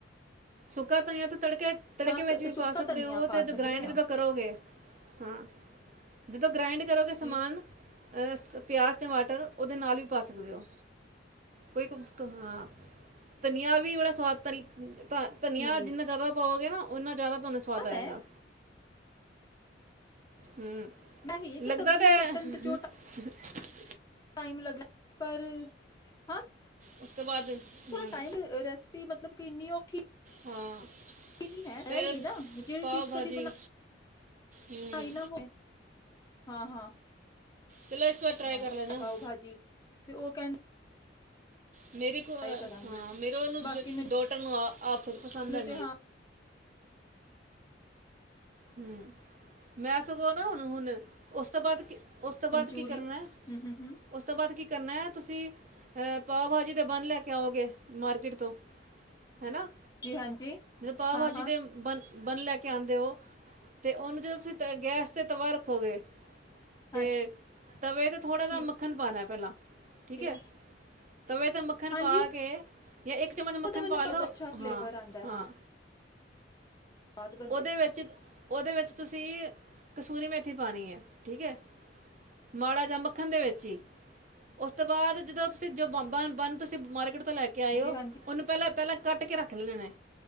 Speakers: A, on the right (about 40°); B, on the left (about 20°).
A: ਸੁ ਤਾਂ <unintelligible> ਤੜਕੇ ਤੜਕੇ
B: ਹਾਂ
A: ਵਿੱਚ
B: ਅੱਛਾ
A: ਵੀ
B: ਸੁੱਕਾ
A: ਪਾ ਸਕਦੇ
B: ਧਨੀਆ
A: ਹੋ ਉਹ
B: ਪਾ
A: ਤੇ
B: ਸਕਦੇ
A: ਗ੍ਰਾਇੰਡ
B: ਹਾਂ
A: ਜਦੋਂ ਕਰੋਗੇ ਹਾਂ ਜਦੋਂ ਗਰਾਇੰਡ ਕਰੋਗੇ ਸਮਾਨ
B: ਜੀ
A: ਅਹ ਪਿਆਜ਼ ਟਮਾਟਰ ਉਹਦੇ ਨਾਲ ਵੀ ਪਾ ਸਕਦੇ ਹੋ ਕੋਈ ਹਾਂ <unintelligible> ਧਨੀਆ ਵੀ ਬੜਾ ਸਵਾਦ ਤ ਤਾਂ <unintelligible> ਧਨੀਆ
B: ਠੀਕ
A: ਜਿੰਨਾ ਜ਼ਿਆਦਾ ਹੋ ਗਿਆ ਨਾ <unintelligible> ਓਨਾ ਜ਼ਿਆਦਾ ਤੁਹਾਨੂੰ ਸਵਾਦ ਆਏਗਾ
B: ਹੈ
A: ਹੂੰ
B: ਮੈਂ ਇਹ ਕਿ
A: ਲਗਦਾ
B: ਸਬਜ਼ੀਆਂ
A: ਤਾਂ
B: ਕੱਟਣ
A: <unintelligible>
B: ਤੇ ਜੋ ਟਾਈਮ ਲੱਗ ਪਰ ਹਾਂ
A: ਉਸ ਤੋਂ ਬਾਅਦ ਹਮ
B: ਥੋੜਾ ਟਾਈਮ ਰੈਸਪੀ ਧੁਪ <unintelligible> ਕਿੰਨੀ ਔਖੀ
A: ਹਾਂ
B: <unintelligible> ਹੈਈ
A: ਫਿਰ
B: ਨਹੀਂ ਨਾ ਜਿੜ
A: ਪਾਓ
B: ਚੀਜ਼
A: ਭਾਜੀ
B: ਕਦੀ ਬਣਾਈ
A: ਹਮ
B: ਨਾ ਹੋ ਹਾਂ ਹਾਂ
A: ਚਲੋ ਇਸ ਵਾਰ ਟਰਾਈ
B: ਹਾਂ
A: ਕਰ ਲੈਣਾ
B: ਪਾਓ ਭਾਜੀ ਤੇ ਉਹ ਕਹਿੰ
A: ਮੇਰੀ ਕੋ
B: ਕਰਾਂਗੀ
A: ਹਾਂ <unintelligible> ਮੇਰੇ ਉਹਨੂੰ
B: ਬਾਕੀ
A: ਡੋਟਰ ਨੂੰ ਆ ਆਪ ਪਸੰਦ
B: ਮੈਨੂੰ
A: ਹੈ
B: ਤੇ ਹਾਂ
A: ਹਮ <inaudible> ਮੈਂ ਸਗੋਂ ਨਾ ਹੁਣ ਹੁਣ ਉਸ ਤੋਂ ਬਾਅਦ ਕੀ ਉਸ
B: ਮਨਚੂਰੀਅਨ
A: ਤੋਂ ਬਾਅਦ ਕੀ ਕਰਨਾ
B: ਹਮ ਹਮ ਹਮ
A: ਉਸ ਤੋਂ ਬਾਅਦ ਕੀ ਕਰਨਾ ਹੈ ਤੁਸੀਂ ਅਹ ਪਾਓ ਭਾਜੀ ਤੇ ਬੰਨ ਲੈ ਕੇ ਆਓਗੇ ਮਾਰਕੀਟ ਤੋਂ ਹੈਨਾ
B: ਜੀ ਹਾਂਜੀ
A: ਜਦੋਂ ਪਾਓ
B: ਹਾਂ-ਹਾਂ,
A: ਭਾਜੀ ਦੇ ਬਨ ਬੰਨ ਲੈ ਕੇ ਆਂਦੇ ਹੋ ਤੇ ਉਹਨੂੰ ਜਦੋਂ ਤੁਸੀਂ ਤ ਗੈਸ ਤੇ ਤਵਾ ਰੱਖੋਗੇ ਤੇ
B: ਹਾਂ
A: ਤਵੇ ਤੇ ਥੋੜਾ ਜ
B: ਠੀਕ
A: ਮੱਖਣ ਪਾਉਣਾ ਪਹਿਲਾਂ ਠੀਕ
B: ਏ,
A: ਹੈ ਤਵੇ ਤੇ ਮੱਖਣ
B: ਹਾਂਜੀ
A: ਪਾ ਕੇ ਜਾਂ <unintelligible> ਇੱਕ ਚਮਚ
B: ਉਹ
A: ਮੱਖਣ
B: ਤਾਂ ਮੈਨੂੰ
A: ਪਾ
B: ਬਹੁਤ
A: ਲਓ
B: ਅੱਛਾ ਫਲੇਵਰ
A: ਹਾਂ
B: ਆਂਦਾ
A: ਹਾਂ
B: ਸਵਾਦ ਬਣਦੇ
A: ਉਹਦੇ ਵਿੱਚ ਉਹਦੇ ਵਿੱਚ ਤੁਸੀਂ ਕਸੂਰੀ ਮੇਥੀ ਪਾਉਣੀ ਹੈ, ਠੀਕ ਹੈ, ਮਾੜਾ ਜਾਂ ਮੱਖਣ ਦੇ ਵਿੱਚ ਹੀ ਉਸ ਤੋਂ ਬਾਅਦ ਜਦੋਂ ਤੁਸੀਂ ਜੋ ਬ ਬੰਨ ਤੁਸੀਂ ਮਾਰਕੀਟ ਤੋਂ ਲੈ ਕੇ
B: ਹਾਂਜੀ-ਹਾਂਜੀ,
A: ਆਏ ਹੋ ਉਹਨੂੰ ਪਹਿਲਾਂ ਪਹਿਲਾਂ ਕੱਟ ਕੇ ਰੱਖ ਲੈਣੇ ਨੇ